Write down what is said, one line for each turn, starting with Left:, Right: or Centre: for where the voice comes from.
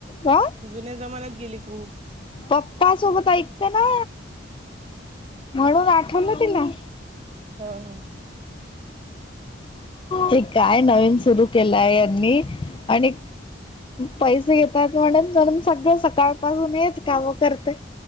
Left: हा
Right: जुन्या जमान्यात गेली कुहू
Left: पप्पासोबत ऐकते ना
Right: हू
Left: म्हणून आठवलं तिनं
Right: हां हां
Left: हे काय नवीन सुरू केलाय यांनी आणि पैसे घेतात म्हणून म्हणून सगळं सकाळपासून हेच काम करतोय